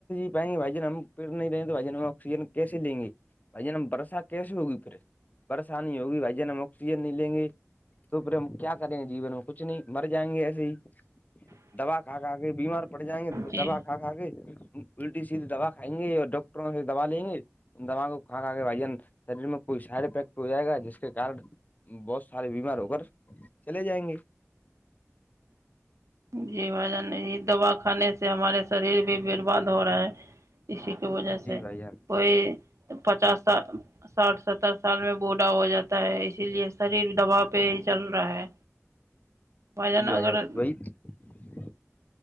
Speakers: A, on the left; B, on the right.
A: پائیں گے بھائی جان ہم پھر نہیں رہیں گے بھائی ج ہم آکسیجن کیسے لیں گے بھائی جان ہم برسہ کیسسی ہوگی پھر پریشانی ہوگی بھائی جان ہم آکسیجن نہیں لیں گے تو پھر ہم کیا کریں گے جیون میں کچھ نہیں مر جائیں گے ایسے ہی دوا کھا کھاکے بیمار پڑ جائیں گے تو پھر
B: جی
A: دواھا کے الٹی سیدھی دوا کھائیں گے اور ڈاکٹروں سے دوا لیں گے ان دواغوں کو کھا کے ون شریر میں کوئی سائڈ افیکٹ ہو جائے گا جس کے کار ن بہت سارے بیمار ہو کر چلے جائیں گے
B: جی بھائی جان یہ دوا کھانے سے ہمارے شریر بھی برباد ہو رہا ہے اسی کی وجہ سے
A: جی بھائی جان
B: کوئی پچاس سال ساٹھ ستر سال میں بوڑھا ہو جاتا ہے اسی لیے شریر دباؤ پہ ہی چل رہا ہے جان
A: جی
B: اگر
A: بھائی جان